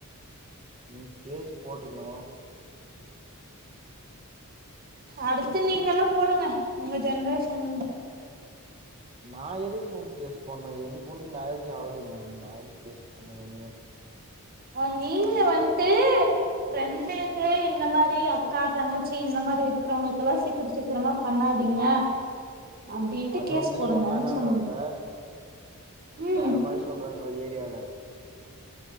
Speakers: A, on the right; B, on the right.
A: நீங்க கேஸ் போட்டுக்ணு
B: அடுத்து நீங்க எல்லா போடுங்க உங்க ஜென்ரேஷன்
A: நா எதுக்கு மேம் கேஸ் போட்னும் எனக்கு ஒன்னும் மேரேஜ் ஆவலயே மேம் நா எதுக்கு கேஸ் ஆன என்னே
B: ஆ நீங்க வண்ட்டு ஃப்ரெண்டுக்கு இந்த மாரி அக்கா தங்கச்சி இந்த மாதிரி இருக்கிறவங்களுக்குல்லாம் சீக்கர சீக்கரமா பண்ணாதீங்க அப்டின்ட்டு
A: அது
B: கேஸ்
A: வந்து
B: போடுங்கன்னு
A: சொன்னா என்னான்றாங்க
B: சொன்ன ம்
A: வேற மாரி சொல்றாங்க ஏரியால